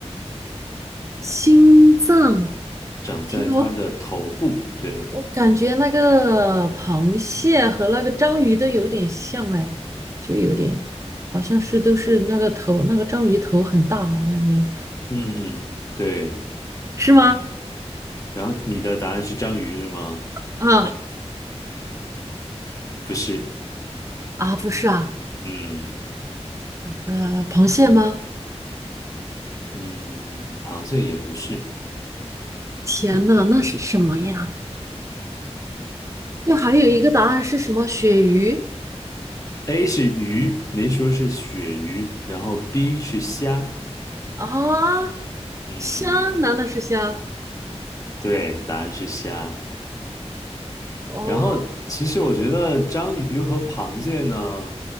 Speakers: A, on the right; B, on the left.
A: 心脏。
B: 长在它的头部。
A: 听。
B: 对。
A: 我感觉那个螃蟹和那个章鱼都有点像哎，就有点，好像是都是那个头，那个章鱼头很大啊，我感觉
B: 嗯嗯，对。
A: 是吗？
B: 然后你的答案是章鱼是吗？
A: 啊
B: 不是，
A: 啊，不是啊，
B: 嗯
A: 呃，螃蟹吗？
B: 嗯，螃蟹也不是。
A: 天呐，那是什么呀？这还有一个答案是什么？鳕鱼
B: A 是鱼，没说是鳕鱼，然后 B 是虾，
A: 啊，
B: 嗯，
A: 虾？难道是虾？
B: 对，答案是虾。
A: 哦
B: 然后，其实我觉得章鱼和螃蟹呢，